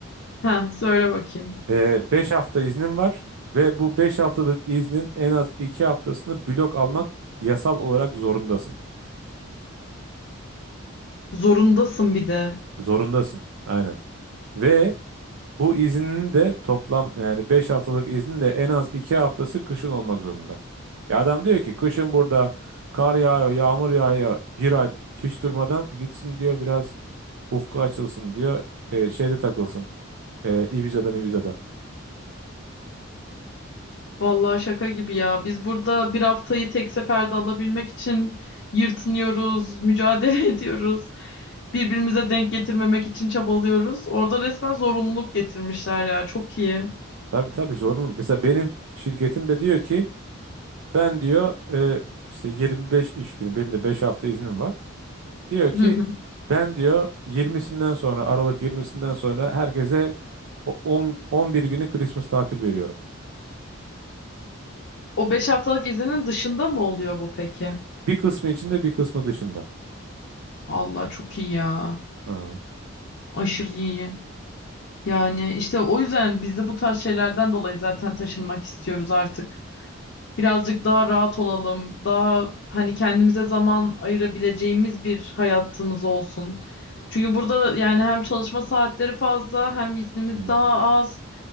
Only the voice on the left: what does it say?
Ha söyle bakayım.
Zorundasın bir de.
Vallahi şaka gibi ya. Biz burada bir haftayı tek seferde alabilmek için yırtınıyoruz, mücadele <laughs> ediyoruz. Birbirimize denk getirmemek için çabalıyoruz. Orada resmen zorunluluk getirmişler ya. Çok iyi.
<laughs>
O 5 haftalık izinin dışında mı oluyor bu peki?
Allah çok iyi ya.
Aşırı iyi. Yani işte o yüzden biz de bu tarz şeylerden dolayı zaten taşınmak istiyoruz artık. Birazcık daha rahat olalım. Daha hani kendimize zaman ayırabileceğimiz bir hayatımız olsun. Çünkü burada yani hem çalışma saatleri fazla hem iznimiz
daha az.